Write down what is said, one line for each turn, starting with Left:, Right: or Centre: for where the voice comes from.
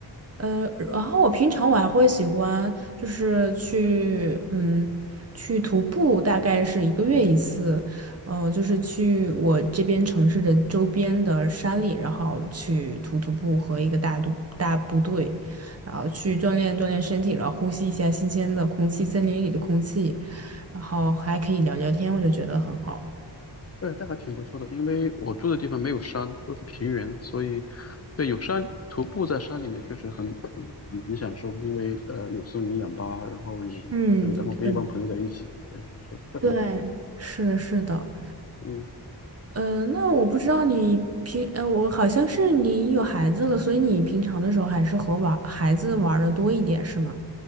Right: 呃，然后我平常我还会喜欢，就是去，嗯，去徒步，大概是一个月一次，呃，就是去我这边城市的周边的山里，然后去徒徒步和一个大都大部队，然后去锻炼锻炼身体，然后呼吸一下新鲜的空气，森林里的空气，然后还可以聊聊天，我就觉得很好。
Left: 对，那还挺不错的。因为我住的地方没有山，都是平原，所以对有山徒步在山里面确实很很很很享受，因为呃有森林氧吧，然后也对，
Right: 嗯，
Left: 然后跟一帮朋友在一起，
Right: 是的，
Left: 对，这这很好。
Right: 对，是的，是的。
Left: 嗯，
Right: 嗯呃，那我不知道你平，呃，我好像是你有孩子了，所以你平常的时候还是和玩孩子玩的多一点，是吗？